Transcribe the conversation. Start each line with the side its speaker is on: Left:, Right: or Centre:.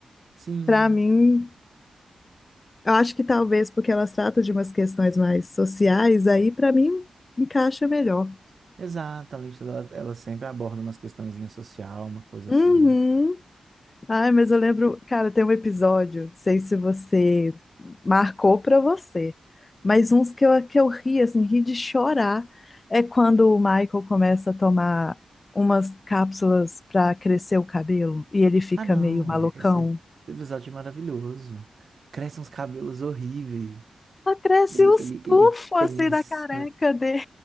Right: Sim,
Left: Pra mim, eu acho que talvez porque elas tratam de umas questões mais sociais, aí pra mim encaixa melhor.
Right: exato. A lista dela, ela sempre aborda umas questõezinhas social, uma coisa
Left: Uhum.
Right: assim.
Left: Ai, mas eu lembro, cara, tem um episódio, não sei se você marcou pra você, mas uns que eu, que eu ri, assim, ri de chorar, é quando o Michael começa a tomar umas cápsulas pra crescer o cabelo e ele fica
Right: Ah, não,
Left: meio malucão.
Right: é- esse, esse episódio é maravilhoso. Crescem uns cabelos horríveis.
Left: Só Cresce
Right: Ele,
Left: os
Right: ele,
Left: pufos
Right: ele
Left: assim
Right: pensa.
Left: da careca dele.